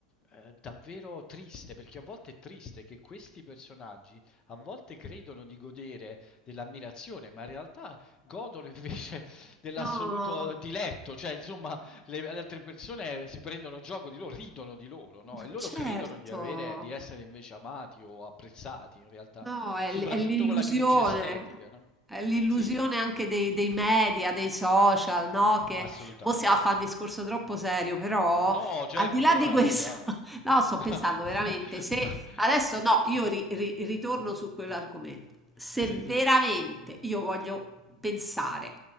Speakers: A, on the left; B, in the centre.
A: eh, davvero triste, perché a volte è triste che questi personaggi a volte credono di godere dell'ammirazione, ma in realtà godono invece <laughs> dell'assoluto
B: no, no,
A: diletto, cioè insomma le, le altre persone si prendono gioco di loro, ridono di loro, no?
B: ma
A: E loro
B: certo.
A: credono di avere, di essere invece amati o apprezzati in realtà,
B: No, è,
A: soprattutto
B: l- è l'illusione,
A: con la chirurgia estetica, no?
B: è l'illusione
A: Sì,
B: anche dei, dei media, dei social, no? Che
A: assolutamente.
B: mo si va a fare un discorso troppo serio, però
A: No, certo,
B: al di là
A: però
B: di
A: è
B: questo,
A: la verità.
B: <laughs>
A: <laughs>
B: no, sto
A: Ma,
B: pensando veramente,
A: ma,
B: se
A: ma...
B: adesso no, io ri- ri- ritorno su quell'argomento, se
A: Sì,
B: veramente io voglio pensare